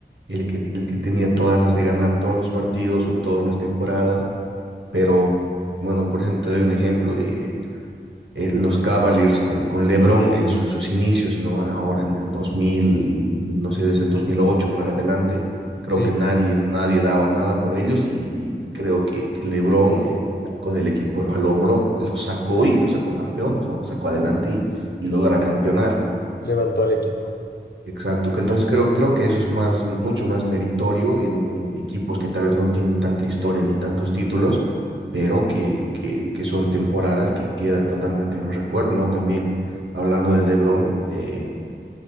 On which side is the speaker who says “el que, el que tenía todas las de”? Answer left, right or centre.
Right